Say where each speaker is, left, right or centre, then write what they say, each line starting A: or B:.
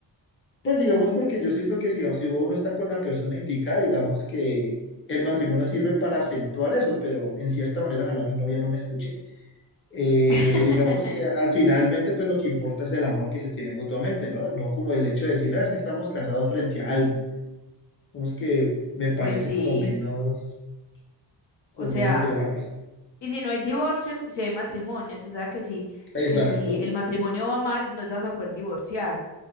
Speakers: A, on the left; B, on the left.
A: Pues digamos, porque yo siento que si, si uno está con la persona indicada, digamos que el matrimonio sirve para acentuar eso, pero en cierta manera, ojalá mi novia no me escuche. eh,
B: <laughs>
A: digamos que al finalmente pues lo que importa es el amor que se tiene mutuamente, ¿no? No como el hecho de decir, ah, es que estamos casados frente a alguien. Digamos que me parece
B: Pues sí,
A: como menos, como
B: o sea,
A: menos grave.
B: y si no hay divorcios, si hay matrimonios, o sea que si,
A: Exacto,
B: que si el matrimonio va mal, no te vas a poder divorciar.